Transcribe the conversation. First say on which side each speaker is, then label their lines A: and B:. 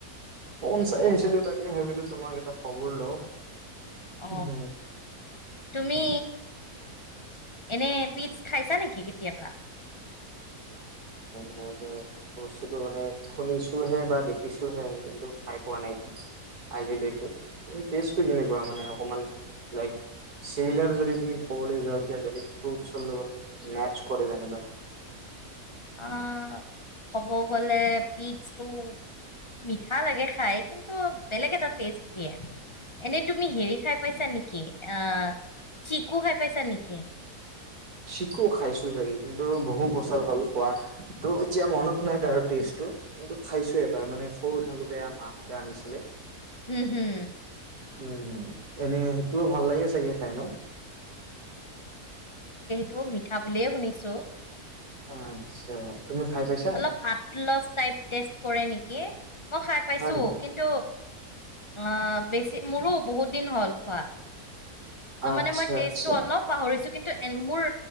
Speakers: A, on the right; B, on the left.
A: ফোন চাই
B: অ
A: আছিলো তাকে ভাবিলো তোমাক এটা খবৰ লওঁ।
B: অ
A: হ
B: তুমি এনে পিছ <unintelligible> খাইছা নেকি কেতিয়াবা
A: ম বস্তুটো মানে শুনিছোহে বা দেখিছোহে কিন্তু খাই পুৱা নাই আজৈকে এনে কেনেকুৱা মানে অকমান লাইক চিমিলাৰ যদি তুমি ক'বলৈ যোৱা বেলেগ ফ্ৰুইতৰ লগত মেতছ কৰে যেনিবা
B: অ ক'ব গলে পিজটো মিঠা লাগে খাই। কিন্তু বেলেগ এটা টেষ্ট দিয়ে এনেই তুমি হেৰি খাই পাইছা নেকি অ চিকু খাই পাইছা নেকি?
A: শিকো খাইছো চাগে কিন্তু বহু বছৰ হ'ল খোৱা ত' এতিয়া মনত নাই তাৰ টেষ্ট। কিন্তু খাইছো এবাৰ মানে সৰু থাকোতে মাহঁতে আনিছে।
B: হম হম।
A: উম এনেই সেইটোও ভাল লাগে চাগে খাই ন
B: টো মিঠা বুলিয়ে শুনিছো
A: আচ্ছা তুমি খাই পাইছা
B: অলপ আলছ <unintelligible> টাইপ টেষ্ট কৰে নেকি মই খাই পাইছো
A: হয় নেকি
B: কিন্তু আহ বেছি মোৰো বহুত দিন হ'ল খোৱা। ত
A: আচ্ছা
B: মানে মই তেজটো
A: আচ্ছা
B: অলপ পাহৰিছো কিন্তু মোৰ